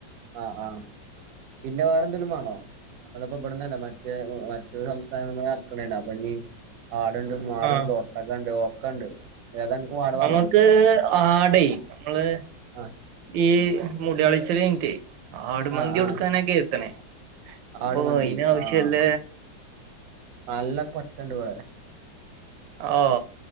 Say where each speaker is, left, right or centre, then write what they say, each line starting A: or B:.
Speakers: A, on the right (about 65°); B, on the right (about 80°).
A: ആ ആ പിന്നെ വേറെന്തേലും വേണോ? അങ്ങളിപ്പോ ഇവിടന്നല്ല മറ്റേ മറ്റൊള്ള സംസ്ഥാനങ്ങളീ ഇറക്കണേണ്‌ അപ്പൊ ഇനി ആട്ണ്ട് മാട്ണ്ട്
B: ആ
A: ഒട്ടകണ്ട് ഒക്കണ്ട് ഏതാ ഇങ്ങക്ക് വാണ്ടെ
B: നമുക്ക്
A: പറഞ്ഞോളി
B: ആടേ മ്മള്
A: ആഹ്
B: ഈ മുടിയളിച്ചരിന് റ്റെ ആടുമന്തി
A: ആഹ്
B: കൊടുക്കാനൊക്കെ
A: ആഹ്
B: എത്തണേ അപ്പൊ
A: ആട് മന്തി
B: അയിന് ആവശ്യല്ല
A: ആഹ് നല്ല കൊറ്റണ്ടിവിടെ.
B: ഓ